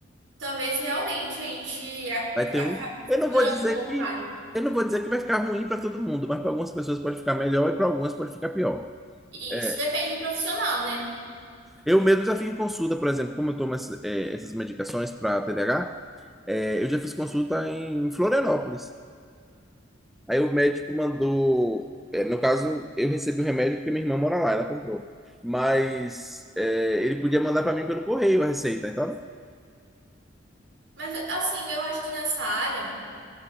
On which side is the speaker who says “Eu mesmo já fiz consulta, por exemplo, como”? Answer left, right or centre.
Centre